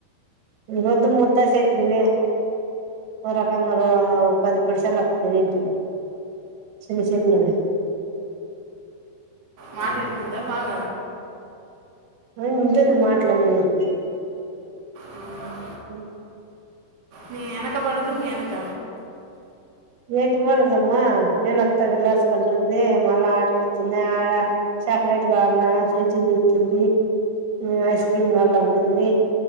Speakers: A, on the right; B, on the right.
A: ఈ పొద్దు ముద్దా చట్నీ నే ఓరకంగా పది పిడుసాల తినింటది చిన్న చిన్న వి
B: మాటింటుందా బాగ
A: ఉ ఇంటుంది మ <unintelligible>
B: ఉ
A: స
B: మీ ఎనక పడదు మీ ఎనక
A: ఏంటి కూడాదమ్మా నేనుత్తా వెళ్లాసుకుంటుంది మళ్ళా ఆడటుకొతుంది ఆడ చాక్లెట్ కావాల ఫ్రిడ్జ్ దితుంది ఐస్ క్రీమ్ కావాలంటుంది